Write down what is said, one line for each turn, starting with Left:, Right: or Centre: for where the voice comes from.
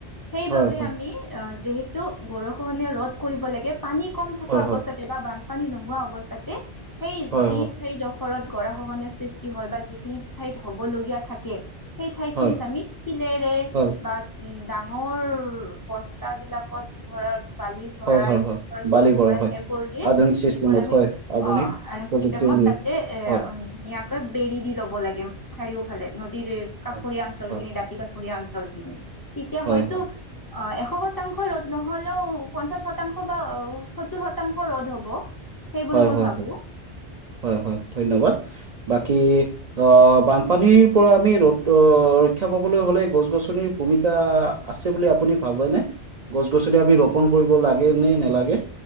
Left: সেইবাবে
Right: হয় হয়
Left: আমি অ, যিহেতু গৰষহনীয়া ৰ'দ কৰিব লাগে পানী কম থকা
Right: হয়
Left: অৱস্থাতে
Right: হয়
Left: বা বানপানী নোহোৱা অৱস্থাতে সেই
Right: হয়
Left: যি
Right: হয়
Left: ঠাই দখ ফলত গৰা-খহনীয় সৃষ্টি হয় বা যিখিনি ঠাইত হবলগীয়া থাকে সেই ঠাই খিনিত
Right: হয়
Left: আমি শিলেৰে
Right: হয়
Left: বা উম, ডাঙৰ বস্তা বিলাকত ধৰা বালি ভৰাই
Right: হয় হয় হয়
Left: শিল
Right: বালি পৰে
Left: ভৰা
Right: হয়
Left: সেইবোৰ দি
Right: আধুনিক চিষ্টেমত
Left: সেইবোৰ আমি
Right: হয় আধুনিক
Left: অ, এটা
Right: প্ৰযুক্তিৰ
Left: চিষ্টেম মত তাতে এ
Right: হয়
Left: উম, ধুনীয়া কয়, বেৰি দি ল'ব লাগে, চাৰিওফালে নদীৰ কাষৰীয়া
Right: হয়
Left: অঞ্চল
Right: হয়
Left: খিনি দাঁতি কাষৰীয়া অঞ্চল। উম, তেতিয়া
Right: হয়
Left: হয়তো
Right: হয়
Left: অ, এশ শতাংশই ৰ'দ নহ'লেও পঞ্চাশ শতাংশ বা অ, সত্তৰ শতাংশ ৰ'দ হ'ব সেই বুলি
Right: হয়-হয়-হয়-হয়-হয়
Left: মই ভাবো
Right: ধন্যবাদ। বাকী আহ বানপানীৰ পৰা আমি ৰ'দ ৰক্ষা পাবলৈ হ'লে গছ-গছনিৰ ভূমিকা আছে বুলি আপুনি ভাবেনে গছ-গছনি আমি ৰোপন কৰিব লাগে নে নালাগে